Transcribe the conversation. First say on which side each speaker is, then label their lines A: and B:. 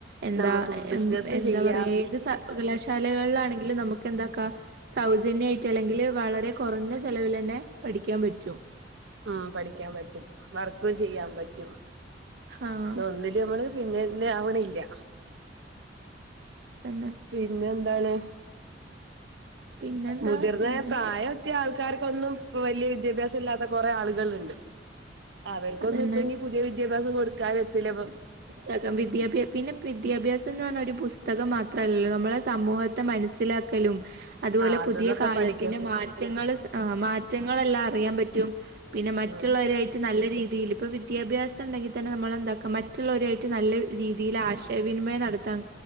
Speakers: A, on the right (about 60°); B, on the right (about 80°).
A: എന്താ
B: നമുക്ക് ബിസിനസ്
A: എന്താ
B: ചെയ്യാം
A: പറയ ഏത് സർവകലാശാലകളിലണെ ല്ലെ നമുക്കെന്താക്കാ സൗജന്യായിട്ട് അല്ലെങ്കിൽ വളരെ കൊറഞ്ഞചെലവിലന്നെ പഠിക്കാൻ പറ്റും
B: ആഹ് പഠിക്കാൻ പറ്റും വർക്കും ചെയ്യാൻ പറ്റും
A: ആഹ്
B: തൊന്നി- നമ്മള് പിന്നെന്നെ ആവണില്ല്യ
A: തന്നെ
B: പിന്നെന്താണ്
A: പിന്നെന്താ
B: മുതിർന്നെ
A: പിന്നെ
B: പ്രായം ത്ത്യാൾക്കാർക്കൊന്നും പ്പൊ വല്യ വിദ്യാഭ്യാസല്ലാത്ത കൊറേ ആള്കള് ണ്ട് അവർക്കൊന്നുംപ്പന്നി
A: അതന്നെ
B: പുതിയ വിദ്യാഭ്യാസം കൊടുക്കാൻ എത്തില്ലപ്പം
A: തകം വിദ്യാഭ്യാ പിന്നെ വിദ്യാഭ്യാസം ന്ന് പറഞ്ഞാ ഒരു പുസ്തകം മാത്രല്ലല്ലോ, നമ്മളെ സമൂഹത്തെ മനസ്സിലാക് ക്കലും അതുപോലെ
B: ആ അത്ന്നൊക്കെ
A: പുതിയ കാലത്തിന്റെ
B: പഠിക്കും
A: മാറ്റങ്ങള് ആഹ് മാറ്റങ്ങളെല്ലാം അറിയാൻ പറ്റും പിന്നെ മറ്റുള്ളവരുഅയിട്ട്
B: ഉം
A: നല്ല രീതിയിൽ പ്പൊ വിദ്യാഭ്യാസണ്ടെങ്കിൽ തന്നെ നമ്മൾന്താക്ക മ മറ്റുള്ളവരായിട്ട് നല്ല രീതീലാശയവിനിമയം നടത്താൻ